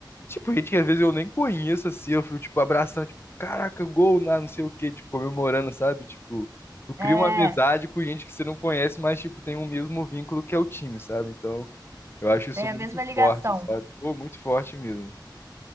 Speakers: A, on the left; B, on the right.
A: Tipo, gente que às vezes eu nem conheço assim, eu fico tipo abraçando, tipo, caraca, gol na não sei o quê, tipo, comemorando, sabe? Tipo, tu cria
B: é,
A: uma amizade com gente que você não conhece, mas tipo, tem o mesmo vínculo que é o time, sabe? Então, eu acho isso
B: tem a
A: muito
B: mesma ligação.
A: forte, sabe? Pô, muito forte mesmo.